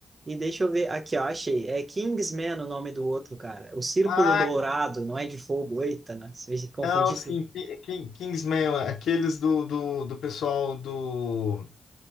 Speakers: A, on the right; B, on the left.
A: e deixa eu ver, aqui, ó, achei, é Kingsman o nome do outro, cara, o Círculo
B: Ah,
A: Dourado, não é de fogo, eita, não, se confundi,
B: não, sim,
A: tudo.
B: Ki- Ki- Kingsman, aqueles do, do, do pessoal do